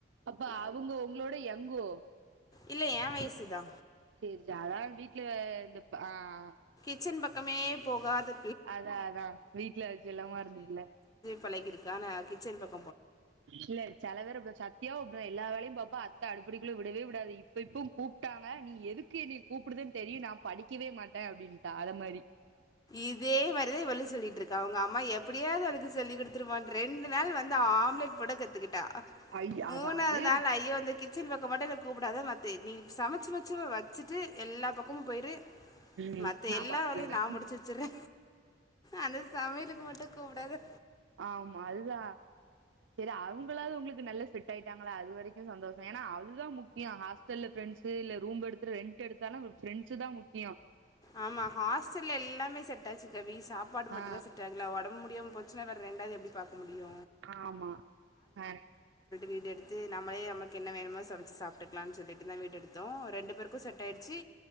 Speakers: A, on the right; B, on the left.
A: அப்போ அவுங்க உங்களோட எங்கோ
B: இல்ல ஏ வயசுதா
A: சேரி சேரி அதால வீட்ல இந்த ஆ ஆ
B: கிச்சன் பக்கமே போகாது
A: அதா அதா வீட்ல செல்லமா இருந்துட்ல்ல
B: பழகிருக்கா ஆனா கிச்சன் பக்
A: இல்ல செல பேர் அப்டிதா சத்தியாவு அப்டிதா எல்லா வேலையு‌ பாப் ப்பா அத்த அடுப்படிக்குள்ள விடவே விடாது இப்போ இப்பம் கூப்ட்டாங்க நீ எதுக்கு என்னைய கூப்டுத தெரியு நா படிக்கவே க்க மாட்ட அப்டின்னுட்டா அத மாரி
B: இதே மேரிதா இவளு சொல்லிட்ருக்கா அவுங்க அம்மா எப்டியாது அவளுக்கு சொல்லிக் குடுத்துரும்மா ரெண்டு நாள் வந்து ஆ ஆம்லெட் போட கத்துக்கிட்டா
A: ஐ
B: மூணாவது
A: அது அதே
B: நாள் ஐயோ இந்த கிச்சன் பக்க மட்டு என்ன கூப்புடாத த்தே நீங்க சமச்சு வச்சவ வச்சுட்டு எல்லா பக்கமு போயி்ரு
A: ம்
B: மத்த
A: நா
B: எல்லா
A: பாத்துக்கிடுவே
B: வேலையு நா முடிச்சு வச்சுர்ற அந்த சமையலுக்கு மட்டு கூப்டாத
A: ஆமா அதுதா சரி அவுங்களாவது உங்களுக்கு நல்ல ஃபிட் ஆயிட்டாங்களா அது வரைக்கு சந்தோஷ ஏன்னா அதுதா முக்கிய ஹாஸ்டல்ல ப்ரெ ண்ட்ஸு இல்ல ரூம் எடுத்து ரெண்ட் எடுத்தாலு ஃப்ரெண்ட்ஸு தா முக்கியம்
B: ஆமா ஹாஸ்டல்ல எல்லாமே செட்டாச்சு கவி சாப்பாடு மட்டுந்தா
A: ஆ
B: செட்டாகல ஒடம்பு முடியாம போச்சுன்னா வேற ரெண்டாது எப்டி பாக்க முடியு
A: ஆமா ஆ
B: வீடு எடுத்து நம்மளே நமக்கு என்ன வேணுமோ சமச்சு சாப்ட்டுக்கலான்னு சொல்லிட்டுதா வீடு எடுத்தோ ரெண்டு பேருக்கு செட் ஆயிடுச்சு